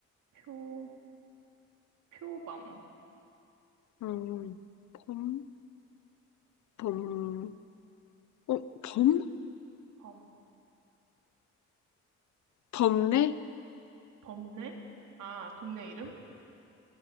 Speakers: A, on the right (about 80°); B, on the left (about 70°).
A: 표 표범
B: 어, 범? 범? 어, 범?
A: 범
B: 범례?
A: 범례 아 동네 이름